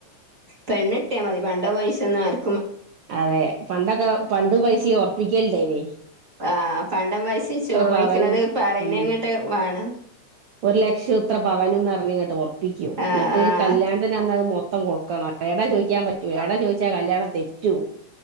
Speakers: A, on the right; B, on the right.
A: പെണ്ണ് കിട്ട്യാ മതി പണ്ടോംപൈസ ഒന്നും ആര്
B: അതെ പണ്ടൊക്കെ പണ്ട് പൈസ ഒർ പ്പിക്കൽ ണ്ടേനി.
A: ആ പണ്ട് വയസ്യൻ ചോദിക്കണത്
B: പവനും
A: പറയണങ്ങട്ട്
B: ഉം
A: വേണം
B: ഒരു ലക്ഷം ഇത്ര പവനുംന്ന് പറഞ്ഞ് ഇങ്ങട്ട് പോ പ്പിക്കും.
A: ആഹ്
B: എന്നിട്ട്
A: ആഹ്
B: കല്യാണത്തിൻ്റന്ന് മൊ മൊത്തം കൊടുക്കണം. ഏടാ ചോദിക്കാൻ പറ്റോ ഏടാ ചോദിച്ചാ കല്യാണം തെറ്റോ.